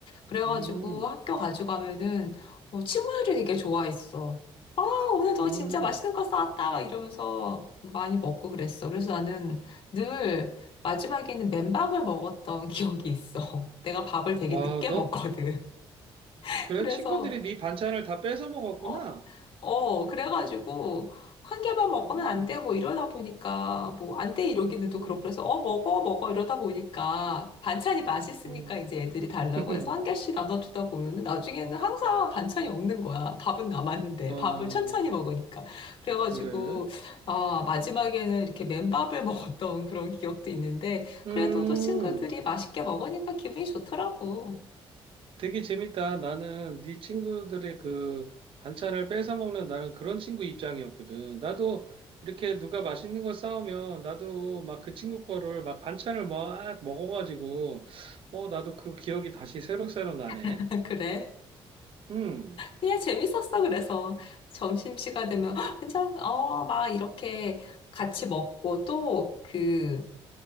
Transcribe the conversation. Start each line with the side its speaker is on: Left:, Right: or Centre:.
Left: 그래가지고
Right: 음.
Left: 학교 가져가면은 어, 친구들이 되게 좋아했어. 오늘 너
Right: 음,
Left: 진짜 맛있는 거 싸왔다 막 이러면서 많이 먹고 그랬어. 그래서 나는 늘 마지막에는 맨밥을 먹었던 기억이 있어. <laughs> 내가 밥을 되게
Right: 와,
Left: 늦게
Right: 너,
Left: 먹거든. <laughs>
Right: 그래,
Left: 그래서
Right: 친구들이 네 반찬을 다 뺏어 먹었구나.
Left: 어, 어, 그래가지고, 한 개만 먹으면
Right: 음,
Left: 안 돼, 뭐 이러다 보니까, 뭐 안 돼 이러기는
Right: 음,
Left: 또 그렇고, 그래서, 어, 먹어, 먹어 이러다 보니까, 반찬이 맛있으니까
Right: 음.
Left: 이제 애들이 달라고
Right: <laughs>
Left: 해서 한 개씩 나눠주다 보면은, 나중에는 항상 반찬이 없는 거야. 밥은 남았는데,
Right: 와,
Left: 밥을 천천히 먹으니까. 그래가지고,
Right: 그래?
Left: 아, 마지막에는 이렇게 맨밥을 <laughs> 먹었던 그런 기억도 있는데,
Right: 음,
Left: 그래도 또 친구들이 맛있게 먹으니까 기분이 좋더라고.
Right: 되게 재밌다. 나는 네 친구들의 그 반찬을 뺏어 먹는 나는 그런 친구 입장이었거든. 나도 이렇게 누가 맛있는 거 싸우면 나도 막 그 친구 거를 막 반찬을 막 먹어가지고, 어, 나도 그 기억이 다시 새록새록 나네.
Left: <laughs> 그래.
Right: 음,
Left: 그냥 재밌었어. 그래서 점심시간 되면 "헉, 괜찮 어, 막 이렇게 같이 먹고 또 그